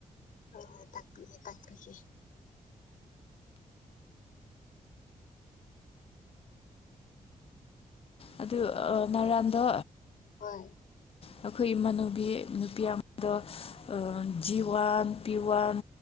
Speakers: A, on the left; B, on the left.
A: ꯍꯣꯏ ꯍꯣꯏ ꯇꯥꯛꯄꯤꯒꯦ ꯇꯥꯛꯄꯤꯒꯦ
B: ꯑꯗꯨ ꯥꯑ ꯅꯔꯟꯗꯣ
A: ꯍꯣꯏ
B: ꯑꯩꯈꯣꯏ ꯏꯃꯥꯟꯅꯨꯕꯤ ꯅꯨꯄꯤ ꯑꯃꯗꯣ ꯑꯥ G one P one